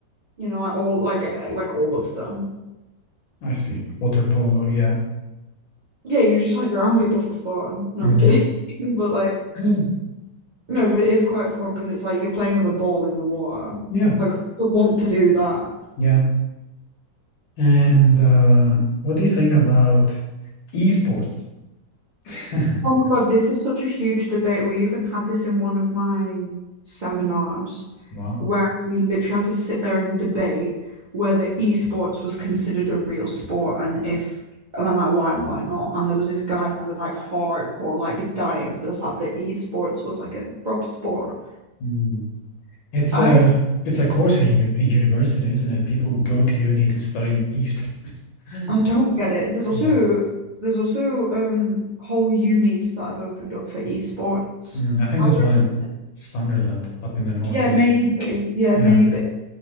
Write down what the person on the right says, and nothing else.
You know, like all like eh, like all of them.
Yeah, you just hide around people for fun. No,
I'm kidding. <laughs> But like
No, but it is quite fun because it's like you're playing with a ball in the water.
Like, who would want to do that?
Oh my God, this is such a huge debate. We even had this in one of my seminars
where we literally had to sit there and debate whether esports was considered a real sport and if, and then like why and why not. And there was this guy who was like hardcore, like dying for the fact that esports was like a proper sport.
I
I don't get it. There's also
there's also um whole unis that have opened up for esports.
I
would,
yeah, maybe. Yeah,
maybe.